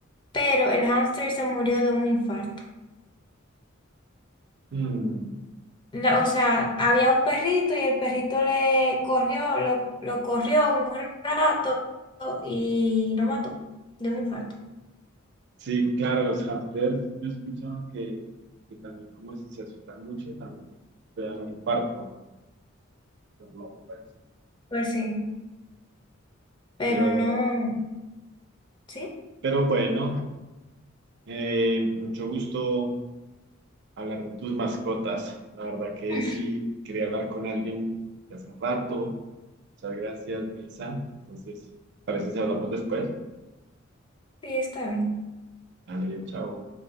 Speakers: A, on the left; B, on the right.
A: pero el hámster se murió de un infarto.
B: Mm,
A: La- o sea, había un perrito y el perrito le corrió, lo, lo corrió un rato y lo mató de un infarto.
B: sí, claro, los hamsters. Yo he escuchado que, que también como si se asustan mucho, también te dan un infarto. Es loco eso.
A: Pues sí, pero
B: Pero,
A: no, sí,
B: pero bueno, eh, mucho gusto hablar de tus mascotas. La verdad que
A: <laughs>
B: sí,
A: sí
B: quería hablar con alguien de hace rato. Muchas gracias, Luisa. Entonces, parece si hablamos después.
A: está bien.
B: Dale, chao.